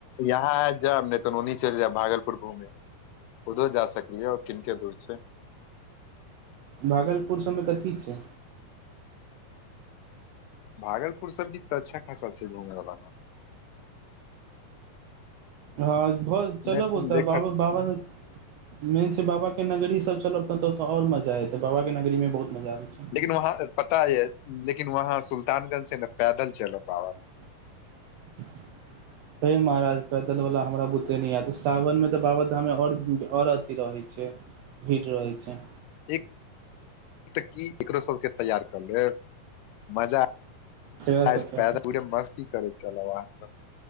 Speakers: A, on the left; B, on the right.
A: यहाँ आय जाब ने तऽ चलि जायब भागलपुर घूमै उधर जा सकलियै और किनक दूर सँ
B: भागलपुर सभ में कथी छै
A: भागलपुर सभ तऽ अच्छा खासा छै घूमै वाला
B: हा बहुत चलब
A: नहि त
B: होता
A: देख
B: बाब बाब ने मेन छै बाबाके नगरी सब चलब ततऽ तऽ आओर मजा एतै बाबाके नगरीमे बहुत मजा आबै छैय
A: लेकिन वहाँ पता यै लेकिन वहाँ सुल्तानगंज से ने पैदल चलब बाबा
B: <unintelligible> हे महाराज पैदलवला हमरा बुते नहि आयत सावनमे तऽ बाबाधाममे आओर अथिी रहैत छै भीड़ रहै छै
A: एक तऽ की एकरो सब के तैयार क लेब मजा
B: डेरा
A: पैदल
B: सबके
A: पे मस्ती करै चला वहाँ सब